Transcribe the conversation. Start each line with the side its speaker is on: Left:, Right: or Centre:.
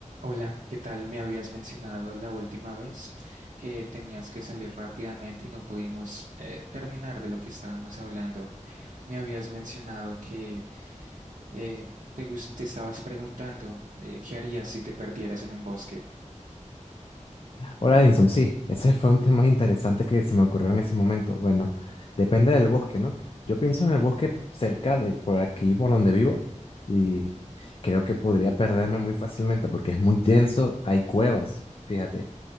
Right: Hola, ¿qué tal? Me habías mencionado la última vez que tenías que salir rápidamente y no pudimos eh, terminar de lo que estábamos hablando. Me habías mencionado que eh, te, gus- te estabas preguntando eh, qué harías si te perdieras en un bosque.
Left: Hola, Edinson. Sí, ese fue un tema interesante que se me ocurrió en ese momento. Bueno, depende del bosque, ¿no? Yo pienso en el bosque cerca de por aquí, por donde vivo, y creo que podría perderme muy fácilmente porque es muy denso, hay cuevas, fíjate,